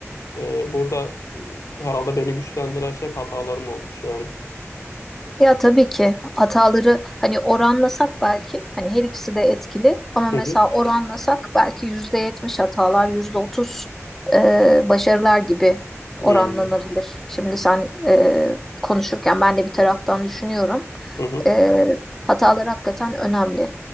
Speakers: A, on the left; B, in the centre.
A: e, burada e, herhalde beni güçlendiren şey hep hatalarım olmuş yani.
B: Ya tabii ki hataları hani oranlasak belki hani her ikisi de etkili ama mesela
A: Hı hı.
B: oranlasak belki %70 hatalar %30 e, başarılar gibi oranlanabilir.
A: Hı hı.
B: Şimdi sen e, konuşurken ben de bir taraftan düşünüyorum.
A: Hı hı.
B: E, hatalar hakikaten önemli.